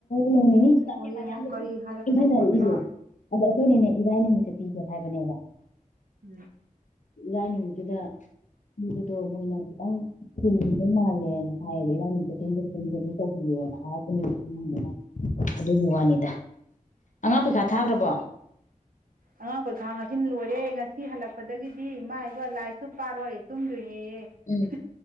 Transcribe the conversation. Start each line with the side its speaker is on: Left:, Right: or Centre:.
Left: ꯅꯣꯡ ꯅꯤꯅꯤ ꯆꯤꯇꯪ
Right: ꯑꯣ ꯌꯦꯡꯉꯣ
Left: ꯃꯌꯥꯝꯅ
Right: ꯀꯔꯤ
Left: ꯑꯗꯨ
Right: ꯍꯥꯏꯔꯛꯄ
Left: ꯏꯪꯊꯅꯔꯛꯏꯁꯦ
Right: ꯈꯣꯠꯄ
Left: ꯑꯗꯣ ꯑꯩꯈꯣꯏꯅꯤꯅꯦ ꯏꯔꯥꯏ ꯅꯨꯃꯤꯠꯇ ꯄꯤꯒꯦ ꯍꯥꯏꯕꯅꯦꯕ
Right: ꯎꯝ
Left: ꯏꯔꯥꯏ ꯅꯨꯃꯤꯠꯇꯨꯗ ꯄꯤꯕꯗꯣ ꯃꯣꯏꯅ ꯈꯤꯇꯪ ꯊꯤꯕ ꯃꯥꯜꯂꯦꯅ ꯍꯥꯏꯌꯦꯕ ꯏꯔꯥꯏ ꯅꯨꯃꯤꯠꯇꯨ ꯇꯤꯟꯗꯨꯗꯁꯨ <unintelligible> ꯑꯗꯨꯝ ꯇꯧꯕꯤꯌꯣꯅ ꯍꯥꯏꯔꯛꯄ ꯅꯨꯃꯤꯠꯇꯗꯅ ꯑꯗꯨꯒꯤ ꯋꯥꯅꯤꯗ ꯑꯉꯥꯡ ꯄꯩꯈꯥ
Right: ꯎꯝ
Left: ꯊꯥꯈ꯭ꯔꯕꯣ
Right: ꯑꯉꯥꯡ ꯄꯩꯈꯥ ꯉꯥꯁꯤꯅ ꯂꯣꯏꯔꯦ ꯉꯁꯤ ꯁꯤ ꯍꯜꯂꯛꯄꯗꯒꯤꯗꯤ ꯏꯃꯥ ꯏꯕ ꯂꯥꯏꯁꯨ ꯄꯥꯔꯣꯏ ꯇꯨꯝꯗꯣꯏ ꯅꯦꯌꯦ ꯍꯦ
Left: ꯎꯝ